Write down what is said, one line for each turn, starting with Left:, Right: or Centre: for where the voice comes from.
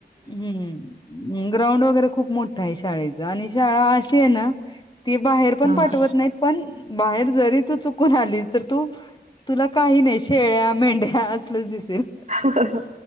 Left: हम् ग्राउंड वगैरे खूप मोठ आहे शाळेच आणि शाळा.... ते आहे ना ते बाहेर पण
Right: हा
Left: पाठवत
Right: हा
Left: नाही पण बाहेर जरी तू चुकून आली तर तू... तुला काही नाही शेळ्या, मेंढ्या असलच दिसेल.
Right: हा हा.